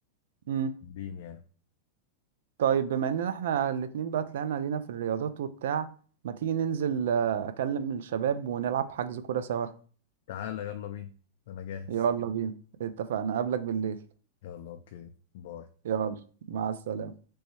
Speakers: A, on the right (about 75°); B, on the left (about 65°).
A: امم
B: بين يعني
A: طيب بما اننا احنا الاتنين بقى طلعنا لينا في الرياضات وبتاع ما تيجي ننزل آه، اكلم الشباب ونلعب حجز كوره سوا
B: تعالى يلا بينا انا جاهز
A: يلا بينا اتفقنا اقابلك بالليل
B: يلا اوكي باي
A: يلا مع السلامه